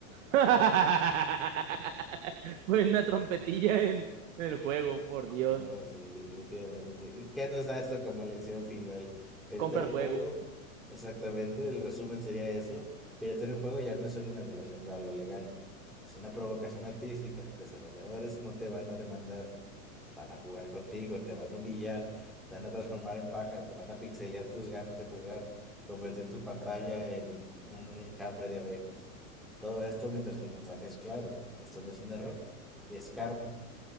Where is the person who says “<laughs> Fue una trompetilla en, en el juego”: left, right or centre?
Right